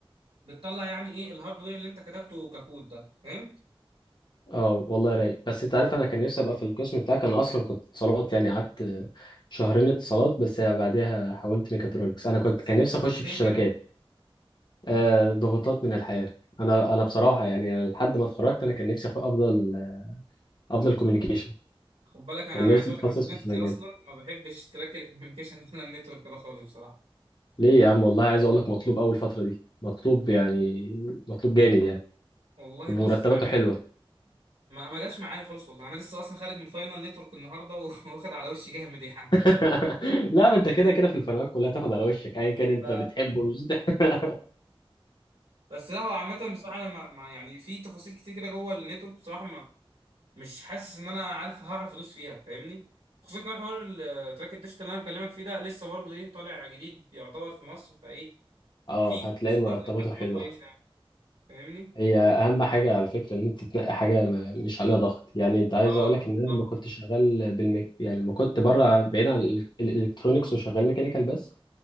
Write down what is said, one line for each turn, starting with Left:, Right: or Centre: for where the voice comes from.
Right: بتطلع يعني ايه الهاردوير اللي انت كتبته ككود ده فهمت
Left: اه والله رايق بس انت عارف انا كان نفسي ابقى في القسم بتاعك انا اصلا كنت اتصالات يعني قعدت شهرين اتصالات بس بعدها حولت ميكاترونكس انا كنت كان نفسي اخش
Right: ليه
Left: في الشبكات
Right: كده
Left: آه ضغوطات من الحياه انا انا بصراحه يعني أنا لحد ما اتخرجت انا كان نفسي أخ- افضل افضل كوميونيكيشن
Right: خد بالك انا
Left: كان
Right: انا عايز
Left: نفسي
Right: اقول
Left: اتخصص
Right: لك أنا
Left: في الشبكات
Right: نفسي اصلا ما بحبش تراك الكوميونيكيشن ولا <laughs> النتورك ده خالص بصراحه
Left: ليه يا عم والله عايز اقول لك مطلوب اول فتره دي مطلوب يعني مطلوب جامد يعني
Right: والله
Left: ومرتباته
Right: بص يعني
Left: حلوه
Right: ما ما جاش معايا خالص والله انا لسه اصلا خارج من فاينل نتورك النهارده <laughs> واخد على وشي جامد يعني
Left: <laughs> لا ما انت كده كده في الفنادق كلها تاخد على وشك ايا كان انت
Right: ف...
Left: بتحبه مش <laughs> بتح-
Right: بس لا هو عامة بصراحة أنا ما... ما يعني في تفاصيل كتير كده جوه النتورك بصراحة ما مش حاسس إن أنا عارف هعرف أدوس فيها فاهمني؟ خصوصا كمان حوار التراك الديجيتال اللي أنا بكلمك فيه ده لسه برضه إيه طالع جديد يعتبر في مصر فإيه
Left: اه
Right: في فرص
Left: هتلاقي مرتباته
Right: برضه إيه حد
Left: حلوه
Right: ما كويسة يعني فاهمني؟
Left: هي اهم حاجه على فكره ان انت تنقي حاجه ما مش عليها ضغط يعني انت عايز
Right: أه
Left: اقول لك ان انا
Right: بالظبط
Left: لما كنت شغال بالم... يعني لما كنت بره بعيد عن الالكترونكس وشغال ميكانيكال بس